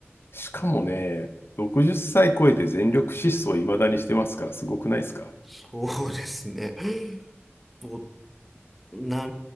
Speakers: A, on the left; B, in the centre.
A: しかもね、60歳超えて全力疾走いまだにしてますから、すごくないですか
B: そうですね。もう、な、